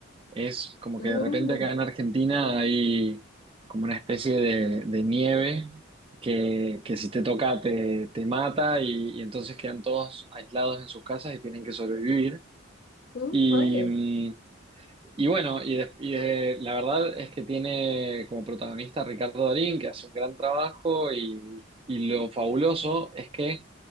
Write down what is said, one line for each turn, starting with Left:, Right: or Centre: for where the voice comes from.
Right: Es como
Left: Mm,
Right: que de repente acá en Argentina hay como una especie de, de nieve que, que si te toca te, te mata y, y entonces quedan todos aislados en sus casas y tienen que sobrevivir.
Left: mm,
Right: Y,
Left: oye.
Right: mm, y bueno, y, de- y de- la verdad es que tiene como protagonista a Ricardo Darín, que hace un gran trabajo y, y lo fabuloso es que